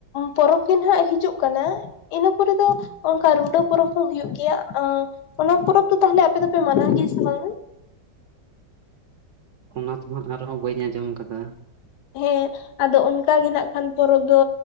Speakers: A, on the left; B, on the right.
A: ᱯᱚᱨᱚᱵᱽ ᱜᱮ ᱱᱟᱜ ᱦᱤᱡᱩᱜ ᱠᱟᱱᱟ, ᱤᱱᱟᱹ ᱯᱚᱨᱮ ᱫᱚ ᱠᱟ ᱨᱩᱰᱟᱹ ᱯᱚᱨᱚᱵᱽ ᱦᱚᱸ ᱦᱩᱭᱩᱜ ᱜᱮᱭᱟ, ᱚᱱᱟ ᱯᱚᱨᱚᱵᱽ ᱫᱚ ᱛᱟᱦᱞᱮ ᱟᱯᱮ ᱫᱚᱯᱮ ᱢᱟᱱᱟᱣ ᱜᱮᱭᱟ ᱥᱮ ᱵᱟᱝ-ᱟ?
B: ᱚᱱᱟ ᱫᱚ ᱦᱟᱜ ᱟᱨᱦᱚᱸ ᱵᱟᱹᱧ ᱟᱸᱡᱚᱢ ᱠᱟᱫᱟ᱾
A: ᱦᱮᱸ᱾ ᱟᱫᱚ ᱚᱱᱠᱟᱜᱮ ᱱᱟᱜ ᱠᱷᱟᱱ ᱯᱚᱨᱚᱵᱽ ᱫᱚ,